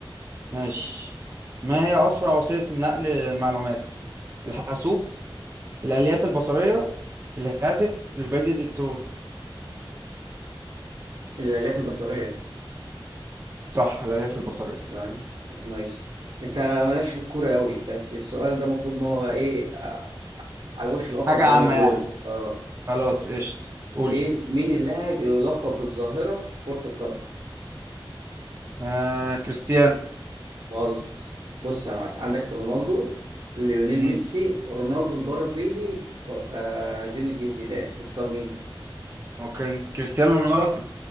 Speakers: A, on the right (about 30°); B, on the right (about 65°).
A: ماشي ما هي اسرع وسيله نقل للمعلومات الحاسوب الالياف البصريه الهاتف البريد الالكتروني
B: الألياف البصرية
A: صح الالياف البصريه
B: بس، آه. نايس انت مالكش في الكورة قوي بس السؤال ده المفروض ان هو ايه آه، على وش القفص
A: حاجه
B: زي
A: عامه
B: ما بيقولوا
A: يعني
B: اه
A: خلاص قشط قول
B: ايه مين اللاعب اللي يلقب بالظاهرة في كرة القدم؟
A: آه كريستيانو
B: غلط بص يا معلم عندك رونالدو ليونيل
A: امم
B: ميسي رونالدو البرازيلي آه زين الدين زيدان تختار مين؟
A: اوكي كريستيانو رونالدو